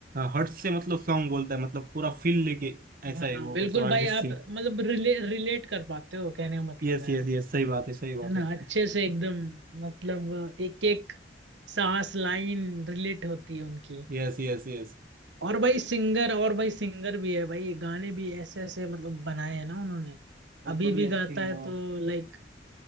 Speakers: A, on the right; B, on the right.
A: हर्ट से मतलब सॉन्ग बोलता है मतलब पूरा फील लेके ऐसा
B: हाँ
A: है
B: हाँ,
A: वो
B: बिल्कुल
A: मतलब Arijit
B: भाई
A: Singh
B: आप मतलब रिले, रिलेट कर पाते हो कहने का मतलब
A: Yes
B: है
A: yes yes सही बात है सही बात
B: है ना
A: है
B: अच्छे से एकदम मतलब एक एक सांस लाइन रिलेट होती है उनकी
A: Yes yes yes
B: और भाई सिंगर और भाई सिंगर भी है भाई गाने भी ऐसे ऐसे मतलब बनाए हैं ना उन्होंने
A: बहुत
B: अभी
A: बढ़िया
B: भी गाता
A: आई थिंक
B: है तो लाइक